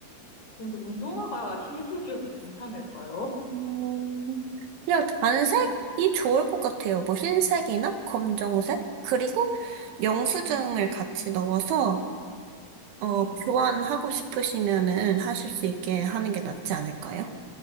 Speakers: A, on the left; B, on the right.
A: 근데 운동화가 흰색이어도 괜찮을까요?
B: 음, 그냥 단색이 좋을 것 같아요. 뭐 흰색이나 검정색? 그리고 영수증을 같이 넣어서, 어,
A: 네네.
B: 교환하고 싶으시면은 하실 수 있게 하는 게 낫지 않을까요?